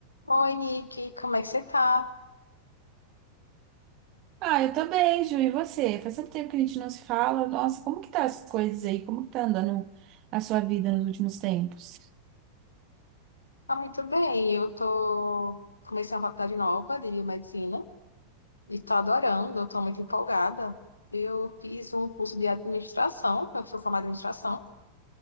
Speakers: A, on the left; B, on the right.
A: Oi, Nick, como é que você tá?
B: Ah, eu tô bem, Ju. E você? Faz tanto tempo que a gente não se fala. Nossa, como que tá as coisas aí? Como que tá andando a sua vida nos últimos tempos?
A: Tá muito bem. Eu tô comecei uma faculdade nova de biomedicina e tô adorando, eu tô muito empolgada. Eu fiz um curso de administração, eu sou formada em administração,